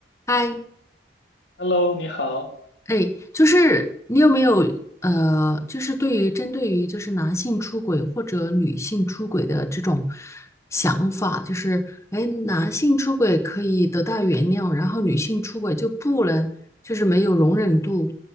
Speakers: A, on the left; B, on the left.
A: 嗨，
B: Hello，你好。
A: 哎，就是你有没有呃，就是对于针对于就是男性出轨或者女性出轨的这种想法，就是哎，男性出轨可以得到原谅，然后女性出轨就不能，就是没有容忍度，